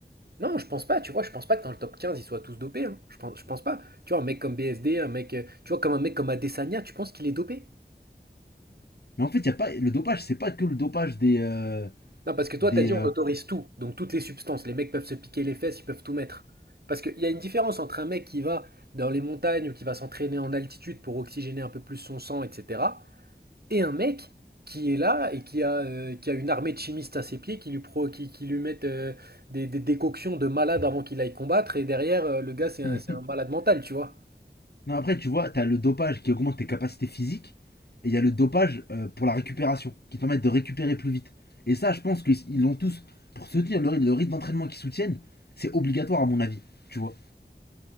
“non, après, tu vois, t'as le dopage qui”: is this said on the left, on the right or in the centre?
Left